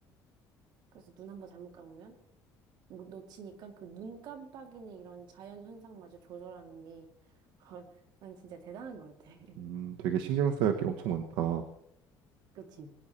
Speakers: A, on the right; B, on the right.
A: 그래서 눈 한번 잘못 감으면 뭐 놓치니까 그 눈 깜빡이는 이런 자연 현상마저 조절하는 게, <laughs> 난 진짜 대단한 것 같아. <laughs>
B: 음, 되게 신경 써야 할 게 엄청 많다.
A: 그치?